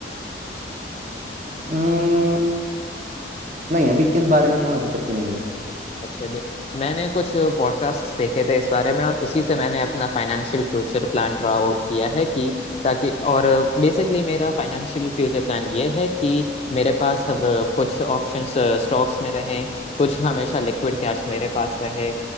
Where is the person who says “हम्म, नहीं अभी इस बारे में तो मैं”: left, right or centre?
Right